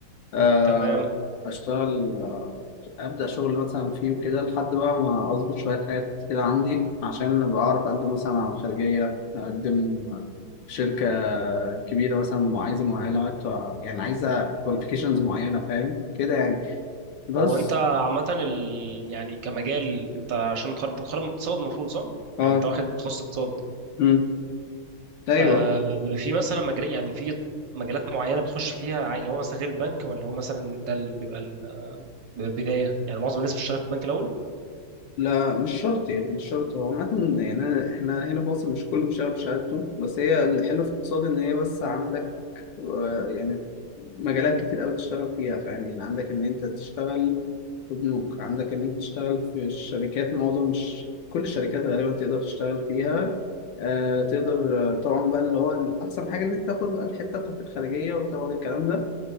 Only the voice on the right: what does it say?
تمام
هو انت عامة ال... يعني كمجال انت عشان متخرج انت متخرج من اقتصاد المفروض صح؟
يعني انت واخد تخصص اقتصاد
آه بيبقى في مثلا مجال يعني في مجالات معينة بتخش فيها عا- اللي هو مثلا غير البنك ولا هو مثلا ده اللي بيبقى ال... بيبقى البداية يعني معظم الناس بتشتغل في البنك الأول